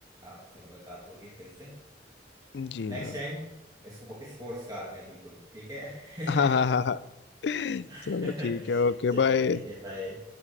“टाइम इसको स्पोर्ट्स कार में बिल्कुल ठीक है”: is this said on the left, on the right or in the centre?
Right